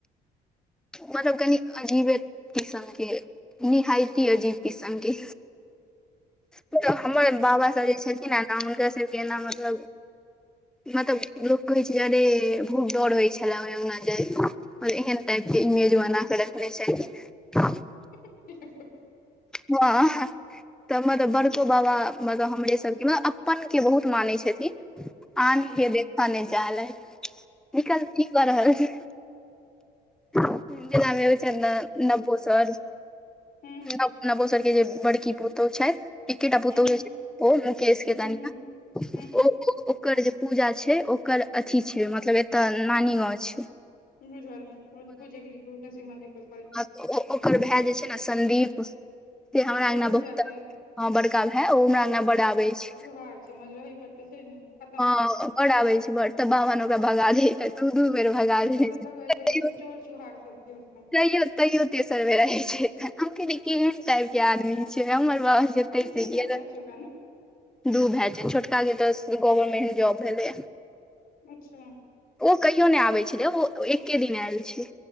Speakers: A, in the centre; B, on the left.
A: मतलब कनि अजीबे किसम के निहाायती अजीब कीसम के तऽ हमर बाबा सब जे छलखिन ह ने हुनका सबके ना मतलब मतलब लोक कहै छै अरे बहुत डर होइ छलै ओइ अंगना जा एहन टाइप के इमेज बनाके रखने छथिन
B: ह <inaudible>
A: वाह तऽ मतलब बड़को बाबा मतलब हमरे सबके मतलब अपन के बहुत मानै छथिन आन
B: हूँ
A: के देखऽ नइ चाहलै निकल की कऽ रहल छी जेनामे विचार ने नपोसर
B: हूँ
A: <unintelligible> नवो सर के जे बड़की पुतोहु छथि एकेटा पुतहु
B: हूँ हूँ
A: त ओ मुकेश के
B: हूँ
A: कनिया
B: हूँ हूँ हूँ
A: ओ ओकर जे पूजा छै ओकर अथी छै मतलब एतय नानी गाँव छै
B: बुझल बुझिगेलिए पूजगरी भुवन्व मन्दिर परै
A: ओ ओ ओ ओकर भैय जे छै न संदीप ते हमरा अंगना
B: पूजा
A: बहुत आबै
B: के
A: हँ बड़का भाय ओ हमरा आगना बड आबै अछि
B: <unintelligible> बतै छै खतम
A: हँ
B: छै ओ सब
A: बड आबे छै बड त बाबा‌नओकरा भगा दै छै दू दू बेर भगा देै
B: ओ सब
A: छै
B: चोर
A: तैयो
B: चुहार सब छै ओ सब
A: तैयो तैयो तेसर वे रहे छै हम क केहन टाइप के आदमी छिये हमर बाप फ
B: दू
A: पैसिय
B: तीन टा भाय छै ओकरा ने
A: दू भए जाय छोटका के तऽ गवर्मेंट जॉब भेलै
B: अच्छा
A: ओ कहियो नय आबै छलै ओ एके दिन आयल छै